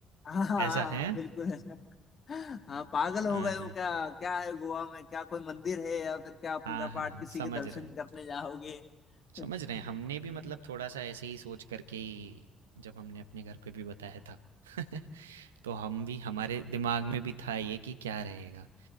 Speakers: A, on the left (about 45°); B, on the right (about 80°).
A: हाँ हाँ,
B: ऐसा
A: हाँ,
B: है
A: बिल्कुल हाँ पागल हो
B: हाँ
A: गए हो
B: हाँ
A: क्या क्या है गोवा में क्या कोई मंदिर है या फिर क्या पूजा
B: हाँ हाँ
A: पाठ
B: हाँ
A: किसी
B: समझ
A: के दर्शन
B: रहे हैं
A: करने जाओगे <laughs>
B: समझ रहे हैं हमने भी मतलब थोड़ा सा ऐसे ही सोच करके ही जब हमने अपने घर पे भी बताया था <laughs> तो हम भी हमारे दिमाग में भी था ये कि क्या रहेगा